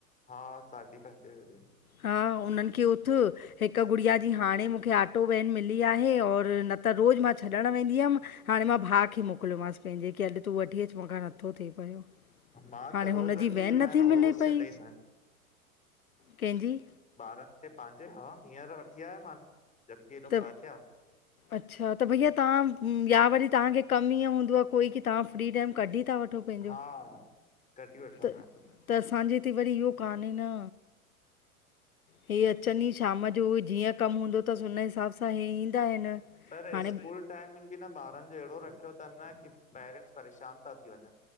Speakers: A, on the left (about 15°); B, on the left (about 75°).
A: हा साढी पंजे बजे।
B: हा उन्हनि खे उथ हिक गुड़िया जी हाणे मूंखे ऑटो वैन मिली आहे और न त रोज़ मां छॾणु वेंदी हुयमि। हाणे मां भाउ खे मोकिलियोमांसि पंहिंजे कि अॼु तूं वठी अचु मूंखां नथो थिए।
A: मां
B: हाणे
A: त रोज़
B: हुनजी,
A: वठी
B: वेन
A: वेंदो
B: नथी
A: आहियां ऐं
B: मिले
A: रोज़ छॾे
B: पई।
A: ईंदो आहियां
B: कैंजी?
A: ॿारनि खे पंहिंजे हा हींअर वठी आयोमांन, जबकि हेॾो
B: त
A: परते आ।
B: अच्छा त भईया तहां या वरी तहांखे कमु ईअं हूंदो आ, कोई कि तहां फ्री टाइम कढी था वठो पंहिंजो,
A: हा कढी वठंदो
B: त
A: आहियां
B: त असांजे हिते वरी इहो कान्हे न। हे अचनि ई शाम जो, जीअं कमु हूंदो अथसि, हुन हिसाब सां हे ईंदा आहिनि।
A: पर
B: हाणे
A: स्कूल टाइमिंग बि न ॿारनि जो अहिड़ो रखियो थनि न कि पेरेंट्स परेशान था थी वञनि।